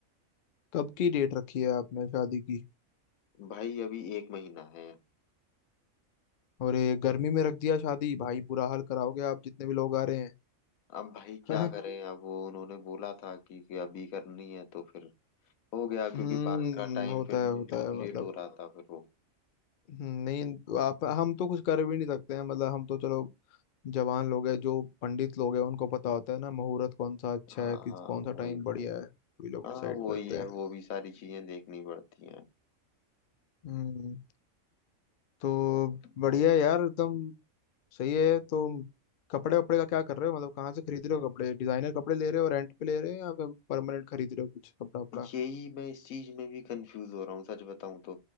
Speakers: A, on the left; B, on the left.
A: कब की डेट रखी है आपने शादी की
B: भाई अभी एक महीना है
A: और ये गर्मी में रख दिया शादी भाई बुरा हाल कराओगे आप जितने भी लोग आ रहे हैं
B: अब भाई क्या
A: हाँ,
B: करें अब वो उन्होंने बोला था कि, कि अभी करनी है तो फिर हो गया
A: हम्म
B: क्योंकि बात का टाइम
A: होता
B: फिर
A: है
B: बहुत
A: होता है
B: लेट
A: मतलब
B: हो रहा था फिर वो
A: हम्म, नहीं तो आप हम तो कुछ कर भी नहीं सकते हैं मतलब हम तो चलो जवान लोग हैं जो पंडित लोग हैं उनको पता होता है ना मुहूर्त कौन सा अच्छा
B: हाँ
A: है किस
B: हाँ
A: कौन सा
B: वही
A: टाइम
B: वही
A: बढ़िया है वही लोग
B: हाँ
A: डिसाइड
B: वही
A: करते
B: है
A: हैं
B: वो भी सारी चीजें देखनी पड़ती हैं
A: हम्म तो
B: हाँ।
A: बढ़िया है यार एकदम सही है तो कपड़े वपड़े का क्या कर रहे हो मतलब कहाँ से खरीद रहे हो कपड़े डिजाइनर कपड़े ले रहे हो रेंट पे ले रहे हो या फिर परमानेंट खरीद रहे हो कुछ कपड़ा वपड़ा
B: यही मैं इस चीज में भी कंफ्यूज हो रहा हूँ सच बताऊं तो